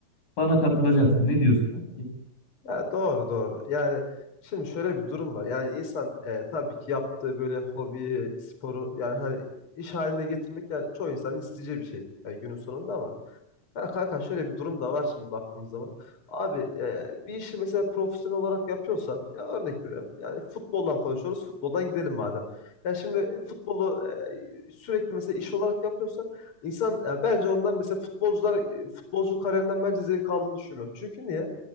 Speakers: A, on the left; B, on the left.
A: bana katılacaksın. Ne diyorsun? kanki?
B: Ya doğru doğru. Yani şimdi şöyle bir durum var. Yani insan e, tabii ki yaptığı böyle hobiyi, sporu yani hani iş haline getirmek yani çoğu insanın isteyeceği bir şey. Yani günün sonunda ama ya kanka şöyle bir durum da var şimdi baktığımız zaman. Abi e, bir işi mesela profesyonel olarak yapıyorsan ya örnek veriyorum. Yani futboldan konuşuyoruz. Futboldan gidelim madem. Ya şimdi futbolu e, sürekli mesela iş olarak yapıyorsan insan ya bence ondan mesela futbolcular e, futbolcu kariyerinden bence zevk aldığını düşünmüyorum. Çünkü niye?